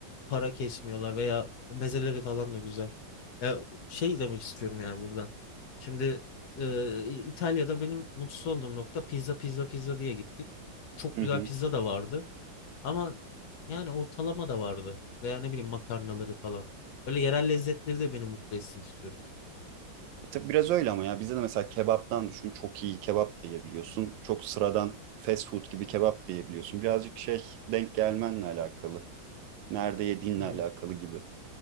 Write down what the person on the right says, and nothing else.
Hı
hı.
E tabii biraz öyle ama ya bizde de mesela kebaptan düşün çok iyi kebap da yiyebiliyorsun. Çok sıradan fast food gibi kebap da yiyebiliyorsun. Birazcık şey denk gelmenle alakalı. Nerede yediğinle
alakalı gibi.